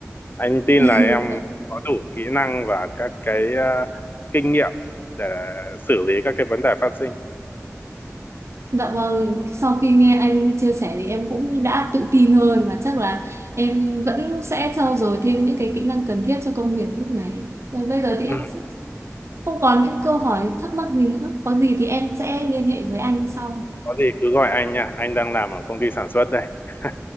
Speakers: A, on the left; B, on the right.
A: anh tin
B: <laughs>
A: là em có đủ kỹ năng và các cái ờ, kinh nghiệm để xử lý các cái vấn đề phát sinh.
B: Dạ vâng, sau khi nghe anh chia sẻ thì em cũng đã tự tin hơn và chắc là em vẫn sẽ trau dồi thêm những cái kỹ năng cần thiết cho công việc lúc này. Và bây giờ thì
A: Ừ.
B: em cũng không còn những câu hỏi thắc mắc gì nữa. Có gì thì em sẽ liên hệ với anh sau.
A: Có gì cứ gọi anh nha, anh đang làm ở công ty sản xuất đây. <laughs>